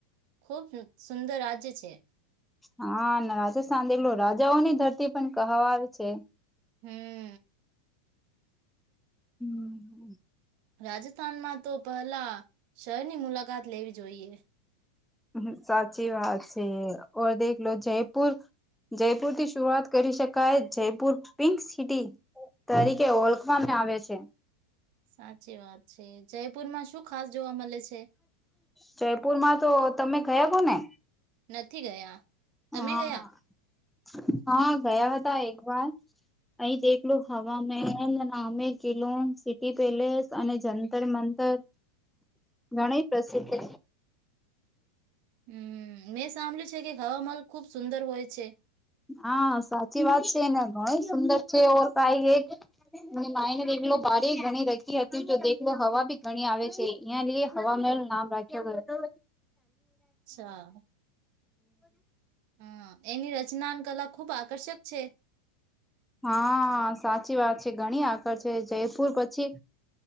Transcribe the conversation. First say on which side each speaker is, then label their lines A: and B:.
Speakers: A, on the right; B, in the centre.
A: ખુબ સુંદર રાજ્ય છે.
B: હા રાજસ્થાન એટલું રાજાઓ ની ધરતી પણ કહવા આવે છે.
A: હમ
B: હમ
A: રાજસ્થાનમાં તો પહેલા શહેરની મુલાકાત લેવી જોઈએ
B: હ સાચી વાત છે ઓ દેખલો લો જયપુર જયપુર થી શુંઆત કરી શકાય જયપુર પિંક સિટી તરીકે ઓળખવામાં આવે છે.
A: સાચી વાત છે જયપુર માં શું ખાસ જોવા મળે છે.
B: જયપુરમાં તો તમે ગયા કહ ને
A: નથી ગયા તમે
B: હા
A: ગયા
B: હા ગયા હતા એક વાર અહીં દેલું હવા મહેન નામે કિલોન સિટી પેલેસ અને જંતર મંતર ઘણ પ્રસિદ્ધ છે.
A: હમ મે સાંભળ્યું છે કે હવામાંલ ખુબ સુંદર હોય છે.
B: હા સાચી વાત છે ને ઘણ સુંદર છે ઓ કઈ એક અને માઇને દેલો બારે ઘણી રખી હતી જો દેખલો હવા બી ઘણી આવે છે. અહિયાં લઈ હવાવામાંલ નામ રાખ્યો ગયો.
A: અચ્છા હમ એની રચના કલા ખુબ આકર્ષક છે.
B: હા સાચી વાત છે ઘણી આગળ છે જયપુર પછી